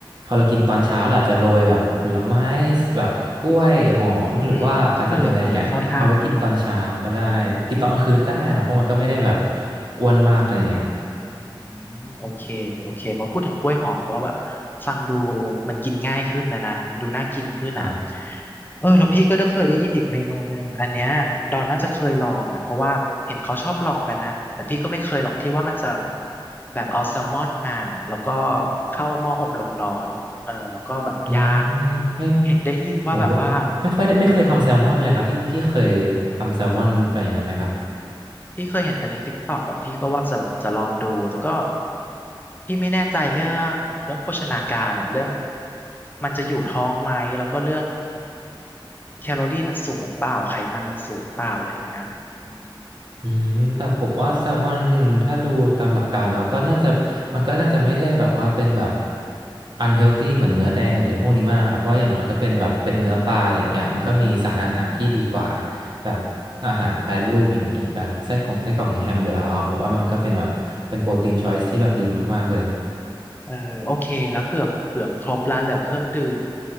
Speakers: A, on the right (about 55°); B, on the left (about 20°).
A: พอเรากินตอนเช้าเราอาจจะโรยแบบผลไม้แบบกล้วยหอมหรือว่าอาจจะเป็นอะไรอย่างเงี้ยเอาไว้กินตอนเช้าก็ได้กินตอนกลางคืนก็ได้ครับเพราะมันก็ไม่ได้แบบ
B: อืมเออเออเข้าท่า
A: อ้วนมากอะไรอย่างเงี้ย
B: อืมโอเคโอเคพอพูดถึงกล้วยหอมก็แบบฟังดูมันกินง่ายขึ้นแล้วนะมันดูน่ากินขึ้นอ่ะ
A: ครับ
B: เออแล้วพี่ก็ได้เคยได้ยินอีกเมนูหนึ่งอันเนี้ยดอนน่าจะเคยลองอ่ะเพราะว่าเห็นเขาชอบลองกันนะแต่พี่ก็ไม่เคยหรอกที่ว่ามันจะแบบเอาแซลมอนมาแล้วก็เข้าหม้ออบลมร้อนเออแล้วก็แบบย่าง
A: อืมไม่
B: เห็นได้ยินว่าแบบว่า
A: ผมว่าไม่ค่อยได้ไม่เคยทำแซลมอนเลยครับพี่พี่เคยทำแซลมอนไปอย่างนั้นไหมครับ
B: พี่เคยเห็นแต่ในทิ k t o k อ่ะพี่ก็ว่าจะแบบจะลองดูแต่ก็พี่ไม่แน่ใจเรื่องเรื่องโภชนาการอ่ะเรื่องมันจะอยู่ท้องไหมแล้วก็เรื่องแคลอรี่มันสูงเปล่าไขมันมันสูงเปล่าอะไรอย่างเงี้ยอืม
A: อืมแต่ผมว่าแซลมอนถ้าดูตามหลักการแล้วก็น่าจะมันก็น่าจะไม่ได้แบบว่าเป็นแบบอันเฮลตี้เหมือนเนื้อแดงเลยพวกนี้มากครับเพราะอย่างน้อยก็เป็นแบบเป็นเนื้อปลาอะไรอย่างเงี้ยมันก็มีสารอาหารที่ดีกว่า
B: อืม
A: แบบอาหารแปรรูปอย่างอีกบางไส้กรองไส้กรอกหรือแฮมอยู่แล้วอะผมว่ามันก็เป็นแบบเป็นโปรตีนชอยส์ที่แบบดีมากๆเลย
B: เออโอเคแล้วเกือบเกือบครบแล้วเหลือเครื่องดื่ม